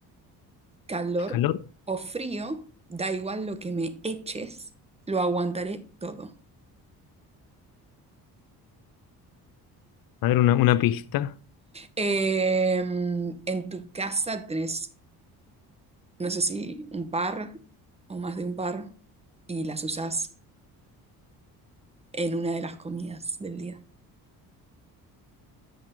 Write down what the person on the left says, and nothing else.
calor.
A ver, una, una pista.